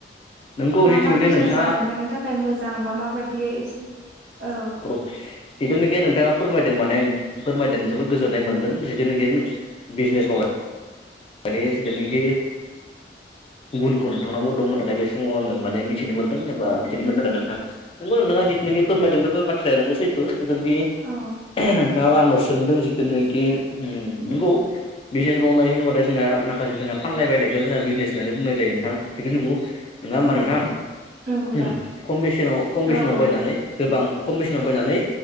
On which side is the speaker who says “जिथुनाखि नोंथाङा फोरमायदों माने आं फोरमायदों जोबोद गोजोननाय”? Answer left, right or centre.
Left